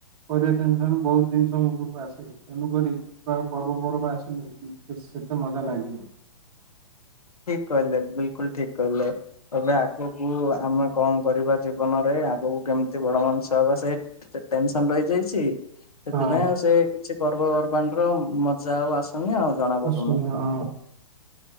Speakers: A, on the right; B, on the left.
A: ଏପରି ଟେନସନ ବହୁତ ଜିନିଷ ମୁଣ୍ଡକୁ ଆସେ ତେଣୁକରି ଆଉ ପର୍ବ ପର୍ବା ଆସ <unintelligible> ସେତେ ମଜା ଲାଗିନି।
B: ଠିକ କହିଲେ, ବିଲକୁଲ ଠିକ କ‌ହିଲେ। ଏବେ ଆଗକୁ ଆମେ କଣ କରିବା ଜୀବନରେ? ଆଗକୁ କେମିତି ବଡ ମଣିଷ ହବା ସେ ସେ ଟେନସନ ରହିଯାଇଚି। ସେଥିପାଇଁ
A: ହଁ
B: ଆଉ ସେ କିଛି ପର୍ବପର୍ବାଣିର ମଜା ଆଉ ଆସୁନି ଆଉ। ଜଣା ପଡୁନି।
A: ଆସୁନି ହଁ।